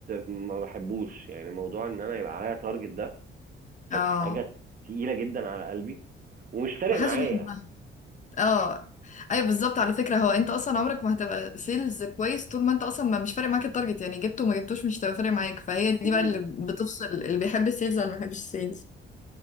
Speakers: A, on the right (about 45°); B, on the left (about 35°).
A: ما بحبوش يعني موضوع ان انا يبقى عليا تارجت ده
B: اه
A: كانت حاجه تقيله جدا على قلبي ومش فارق
B: ما حدش
A: معايا
B: بيحبها اه ايوه بالظبط على فكره هو انت اصلا عمرك ما هتبقى سيلز كويس طول ما انت اصلا ما مش فارق معاك التارجت يعني جبته وما جبتوش مش هتبقى فارق معاك فهي دي
A: مم.
B: بقى اللي بتفصل اللي بيحب السيلز ولا ما بيحبش السيلز